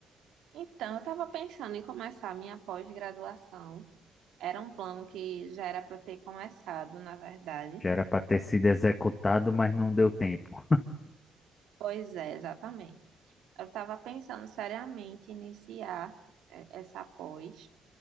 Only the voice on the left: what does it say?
Já era para ter sido executado, mas não deu tempo.